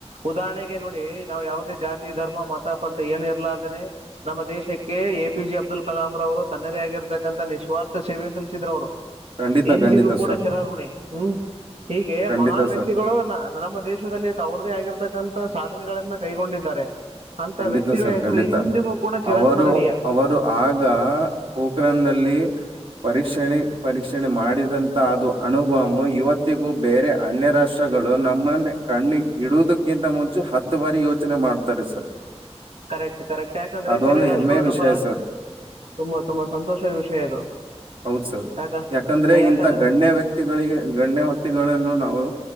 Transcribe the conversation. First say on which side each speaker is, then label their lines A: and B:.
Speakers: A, on the right; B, on the right.
A: ಉದಾಹರಣೆಗೆ ನೋಡಿ ನಾ್ ಯಾವವುದೇ ಜಾತಿ ಧರ್ಮ ಮತ ಪಂಥ ಏನು ಇರ್ಲಾರ್ದೇನೆ ನಮ್ಮ ದೇಶಕ್ಕೆ A P J Abdul Kalam ರ ಅವರು ತನ್ನದೇ ಆಗಿರ್ತಕ್ಕಂಂತ ನಿಸ್ವಾರ್ಥ ಸೇವೆ ಸಲ್ಲಿಸಿದ್ರ ಅವರು
B: ಖಂಡಿತ
A: ಎಂದಿಗು
B: ಖಂಡಿತ
A: ಕೂಡ
B: ಸರ್
A: ಶರಾರಋಣಿ ಹ್ಮ್ ಹೀಗೆ
B: ಖಂಡಿತ
A: ಮಹಾನ್ ವ್ಯಕ್ತಿಗಳು
B: ಸರ್
A: ನಮ್ಮ ದೇಶದಲ್ಲಿ ತ ಅವ್ರದೇ ಆಗಿರ್ತಕ್ಕಂತಥ ಸಾಧನೆಗಳನ್ನ ಕೈಗೊಂಡಿದ್ದಾರೆ ಅಂತ
B: ಖಂಡಿತ
A: ವ್ಯಕ್ತಿಗಳ
B: ಸರ್
A: ಹೆಸರು
B: ಖಂಡಿತ
A: ಇಂದಿಗೂ ಕೂಡ ಚಿರಸ್ಮರಣೀಯ
B: ಅವರು ಅವರು ಆಗ ಹೋಕ್ರನ್ ನಲ್ಲಿ ಪರೀಕ್ಷಣೆ ಪರೀಕ್ಷಣೆ ಮಾಡಿದಂತ ಅದು ಅನುಭವಮ ಇವತ್ತಿಗೂ ಬೇರೆ ಅನ್ಯ ರಾಷ್ಟ್ರಗಳು ನಮ್ಮನ್ನ ಕಣ್ಣಿ ಇಡುವುದಕ್ಕಿಂತ ಮುಂಚೆ ಹತ್ತು ಬಾರಿ ಯೋಚನೆ ಮಾಡ್ತಾರೆ ಸರ್
A: ಕರೆಕ್ಟ್ ಕರೆಕ್ಟ್ ಯಾಕಂದ್ರೆ
B: ಅದೊಂದು
A: ಬೇರೆ ರಾಷ್ಟ್ರಗಳು
B: ಹೆಮ್ಮೆ ವಿಷಯ
A: ನಮ್ಮ ರಾಷ್ಟ್ರ
B: ಸರ್
A: ತುಂಬಾ ತುಂಬಾ ಸಂತೋಷದ ವಿಷಯ ಇದು
B: ಹೌದು ಸರ್
A: ಯಾಕ
B: ಯಾಕಂದ್ರೆ
A: ಯಾಕಂದ್ರ
B: ಇಂತ ಗಣ್ಯ ವ್ಯಕ್ತಿಗಳಿಗೆ ಗಣ್ಯ ಹೊತ್ತಿಗಳನ್ನು ನಾವು